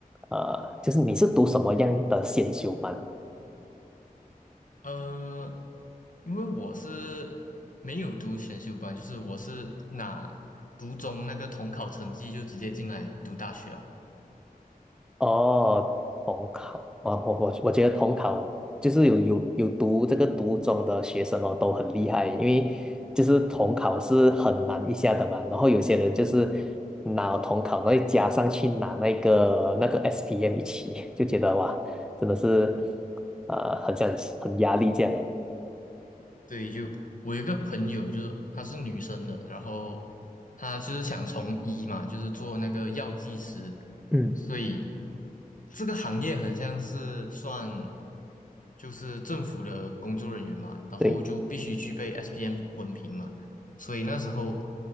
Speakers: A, in the centre; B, on the left.
A: 呃，就是你是读什么样的选修班？
B: 呃，因为我是没有读选修班，就是我是拿读中那个统考成绩就直接进来读大学啊。
A: 哦，统考，我我我我觉得统考就是有有有读这个读中的学生哦，都很厉害，因为就是统考是很难一下的嘛，然后有些人就是拿统考，然后再加上去拿那个那个 SPM 一起，就觉得哇，真的是呃，很像很压力这样诶。
B: 对，就我有一个朋友，就是她是女生的，然后她就是想从医嘛，就是做那个药剂师，
A: 嗯，
B: 所以这个行业很像是算就是政府的工作人员嘛，然后就必须具备
A: 对。
B: SPM 文凭嘛，所以那时候